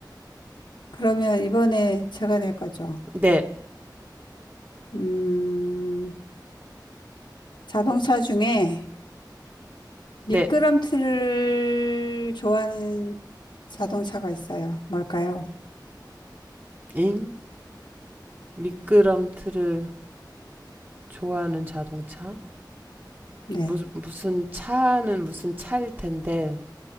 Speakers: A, on the left; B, on the right.
A: 그러면 이번에 제가 낼 거죠.
B: 네.
A: 음, 자동차 중에 미끄럼틀을
B: 네.
A: 좋아하는 자동차가 있어요. 뭘까요?
B: 잉? 미끄럼틀을 좋아하는 자동차?
A: 네,
B: 무슨, 무슨 차는 무슨 차일 텐데.